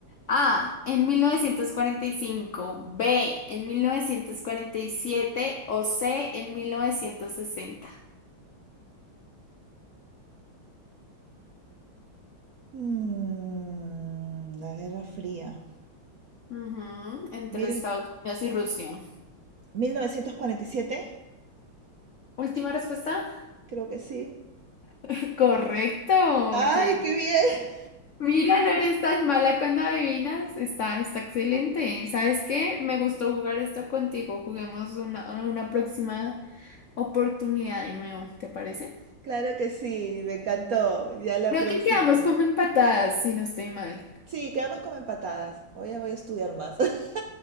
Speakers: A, on the left; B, on the right.
A: A, en 1945, B, en 1947 o C, en 1960.
B: Mm, la Guerra Fría.
A: Ujú, entre
B: Mil-
A: Estados Unidos y Rusia.
B: 1947,
A: Última respuesta.
B: creo que sí.
A: <laughs> Correcto,
B: ¡Ay,
A: oye.
B: qué bien!
A: Mira, no eres tan mala cuando adivinas. Está, está excelente. ¿Sabes qué? Me gustó jugar esto contigo. Juguemos una, una próxima oportunidad de nuevo, ¿te parece?
B: Claro que sí, me encantó. Ya la
A: Creo
B: próxima.
A: que quedamos como empatadas, si no estoy mal.
B: Sí, quedamos como empatadas. Hoy ya voy a estudiar más. <laughs>